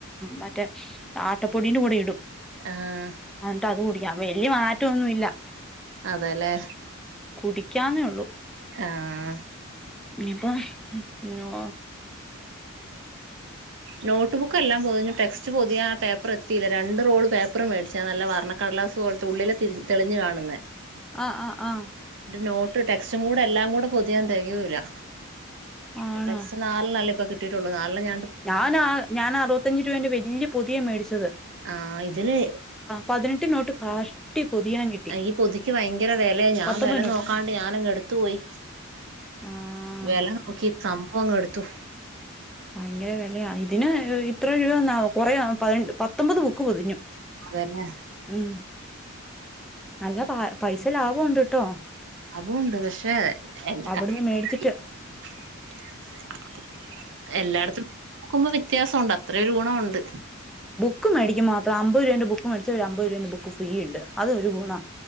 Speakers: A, in the centre; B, on the right.
A: മറ്റെ ആട്ടപ്പൊടീന്റെ കൂടെ ഇടും
B: ആഹ്
A: ആ എന്നിട്ട് അത് കുടിക്കാം വലിയ മാറ്റംഒന്നുമില്ല
B: അതെല്ലേ
A: കുടിക്കാന്നേ ഉള്ളൂ
B: ആഹ്
A: ഇനി ഇപ്പോ നോ
B: നോട്ട് ബുക്ക് എല്ലാം പൊതിഞ്ഞ് ടെക്സ്റ്റ് പൊതിയാൻ പേപ്പർ എത്തിയില്ല. രണ്ട് റോൾ പേപ്പർ വാങ്ങിച്ചു. ഉള്ളിൽ തെളിഞ്ഞു കാണുന്നത്
A: ആ ആ ആഹ്
B: നോട്ട് ടെക്സ്റ്റും കൂടെ എല്ലാം കൂടാ പൊതിയാൻ <unintelligible> ഇരുപതു രൂപ
A: ആണോ
B: ടെക്സ്റ്റ് നാലെണ്ണം അല്ലെ ഇപ്പൊ കിട്ടിയിട്ടുള്ളു നാലെണ്ണം ഞാ
A: ഞാൻ ആ ഞാൻ അറുപത്തഞ്ച് രൂപേന്റെ വലിയ പൊതിയ മേടിച്ചത്
B: ആ ഇതിന്
A: പതിനെട്ട് നോട്ട് കഷ്ടി പൊതിയൻ കിട്ടി
B: ഈ പൊതിക്ക് ഭയങ്കര വിലയ ഞാൻ
A: പത്തൊമ്പത്
B: വില
A: നോട്ട്
B: നോക്കാണ്ട് ഞാനങ്ങ് എടുത്തു പോയി
A: ആ
B: വില നോക്കി
A: <unintelligible>
B: സംഭവം ഇങ്ങ് എടുത്തു
A: ഭയങ്കര വെലയാ ഇതിന് ഇത്ര രൂപേന്നാവും കൊറേ <unintelligible> പത്തൊമ്പത് ബുക്ക് പൊതിഞ്ഞു
B: അതുതന്നെ
A: ഉം നല്ല പൈസ ലാഭം ഉണ്ട്ട്ടോ
B: അതുംണ്ട് പക്ഷെ എന്താ
A: അവിടുന്ന്
B: <unintelligible>
A: മേടിച്ചിട്ട്
B: എല്ലാടത്തും നോക്കുമ്പോ വ്യത്യാസമുണ്ട് അത്ര ഒരു ഗുണമുണ്ട്
A: ബുക്ക്‌ മേടിക്കമ്പ മാത്ര അമ്പത് രൂപേന്റ ബുക്ക്‌ മേടിച്ച ഒരു അമ്പത് രൂപേന്റ ബുക്ക് ഫ്രീ ഉണ്ട് അത് ഒരു ഗുണാ